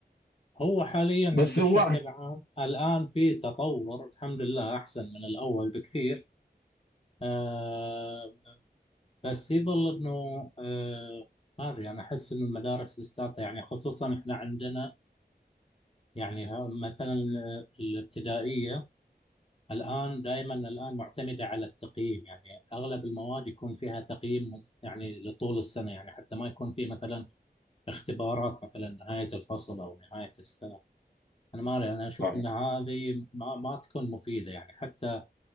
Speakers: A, on the left; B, on the left.
A: هو حاليا
B: بس
A: بشكل
B: هو
A: عام الآن في تطور الحمد لله أحسن من الأول بكثير آه بس يظل أنه آه ما أدري أنا أحس أن المدارس لساتها يعني خصوصا إحنا عندنا يعني ها- مثلا آه، الابتدائية الآن دائما الآن معتمدة على التقييم يعني أغلب المواد يكون فيها تقييم مس- يعني لطول السنة يعني حتى ما يكون في مثلا اختبارات مثلا نهاية الفصل أو نهاية السنة أنا ما أدري أنا أشوف
B: اه
A: أن هذه ما, ما تكون مفيدة يعني حتى